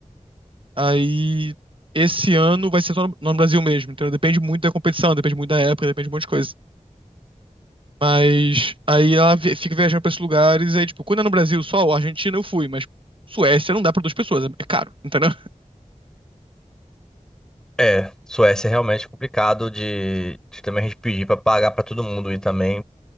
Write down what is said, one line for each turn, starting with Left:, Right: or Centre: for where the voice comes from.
Right: Aí esse ano vai ser só no, no Brasil mesmo, então depende muito da competição, depende muito da época, depende de um monte de coisa. Mas aí ela vi- fica viajando pra esses lugares, aí, tipo, quando é no Brasil só, ou Argentina eu fui, mas Suécia não dá pra duas pessoas, é caro, entendeu? <laughs>
Centre: É, Suécia é realmente complicado de, de também a gente pedir pra pagar pra todo mundo e também